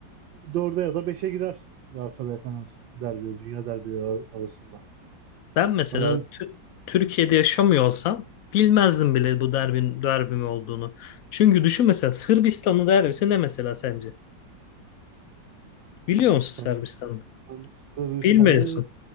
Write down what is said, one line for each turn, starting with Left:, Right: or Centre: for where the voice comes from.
Right: 4'e ya da beşe gider Galatasaray Fener derbi, dünya derbileri ar- arasında.
Left: Ben mesela
Right: Ben öyle
Left: Tü- Türkiye'de yaşamıyor olsam bilmezdim bile bu derbin derbi mi olduğunu. Çünkü düşün mesela Sırbistan'ın derbisi ne mesela sence? Biliyor
Right: Sırbistan'ı
Left: musun Sırbistan'ı?
Right: Sırbistan'ı
Left: Bilmiyorsun.